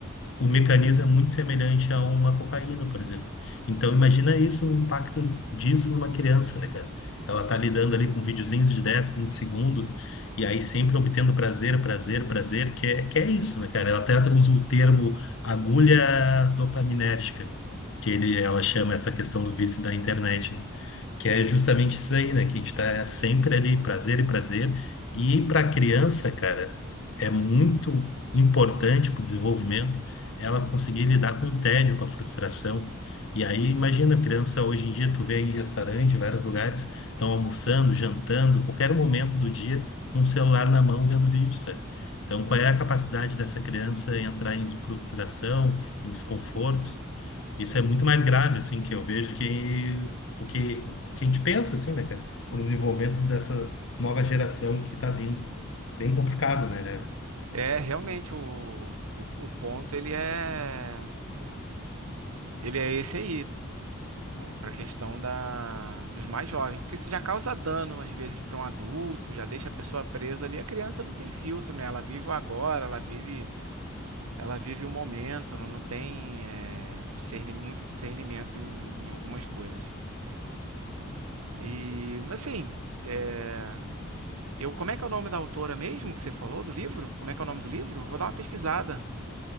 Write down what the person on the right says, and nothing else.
É, realmente, o, o, o ponto ele é ele é esse aí, para a questão da, dos mais jovens, porque isso já causa dano às vezes para um adulto, já deixa a pessoa presa ali. A criança não tem filtro, né? Ela vive o agora, ela vive Ela vive o momento, ela não tem é, discerni- muito discernimento em, em algumas coisas. E, mas assim, é, eu, como é que é o nome da autora mesmo que você falou do livro? Como é que é o nome do livro? Eu vou dar uma pesquisada.